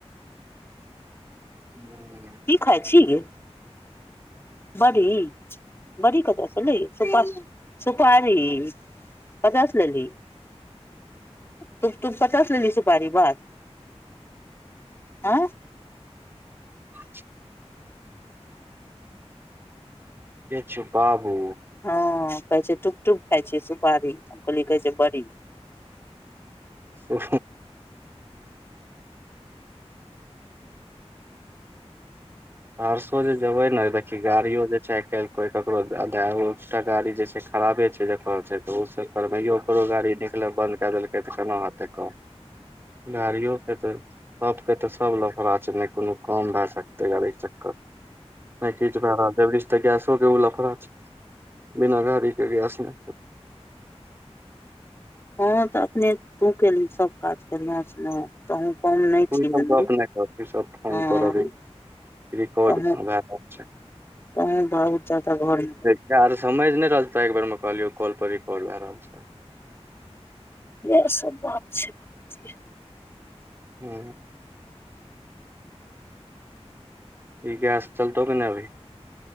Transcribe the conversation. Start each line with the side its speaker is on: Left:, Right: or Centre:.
Right: ह।
Left: कि खाइ छी गे बड़ी बड़ी कथा सुलै। सुपारी ककरा से लेल्हि तू पता छल लेलही सुपारी बात आ
Right: छै यति छै बाबू।
Left: हँ कहै छै टुकटुक खाय छै सुपारी हम कहलियै कहै छै बड़ी
Right: ओ। सहसो जेबै ने देखी गाड़ियो जे छै आइ काल्हि कोइ ककरो आधाटा गाड़ी जे छै खराबे छै जकर छै तऽ ओस करबैयो ओकरो गाड़ी निकलै बन्द कै देलकै तऽ केना होतै काम गाड़ियो के ते सभ के ते सभ लफड़ा छै ने कोनो काम भए सकते गाड़ी चक्कर नहि की त गैसोक के ओ लफड़ा छै बिना गाड़ीक के गैस नहि
Left: हँ त अपखने तू केली सभ काज कलहु तऽ हम कम नहि
Right: तू
Left: छी
Right: ई सब
Left: हैं
Right: गप नहि कर ई सब फोन
Left: कह
Right: पर अभी रिकॉर्ड भए रहल छै
Left: कहँ बहुत जादा घर मे
Right: यरो समझि नहि रहल तऽ एक बेरमे कहलियौ कॉल पर रिकॉर्ड भए रहल छै
Left: इह सभ बात छै बहु
Right: हू। ई गैस चलतौ नहि अभी